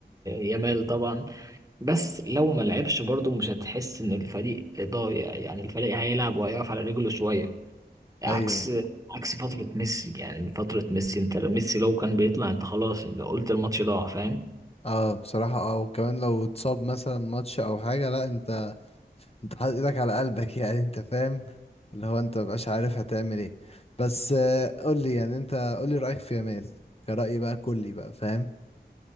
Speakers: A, on the right; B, on the left.
A: يامال طبعا بس لو ما لعبش برضه مش هتحس ان الفريق ضايع يعني الفريق هيلعب وهيقف على رجله شويه عكس
B: ايوه
A: عكس فتره ميسي يعني من فتره ميسي انت ميسي لو كان بيطلع انت خلاص انت قلت الماتش ضاع فاهم
B: اه بصراحة اه وكمان لو اتصاب مثلا ماتش او حاجة لا انت انت حاطط ايدك على قلبك <laughs> يعني انت فاهم اللي هو انت مبقاش عارف هتعمل ايه بس آه، قول لي يعني انت قول لي رأيك في يامال كرأيي بقى كلي بقى فاهم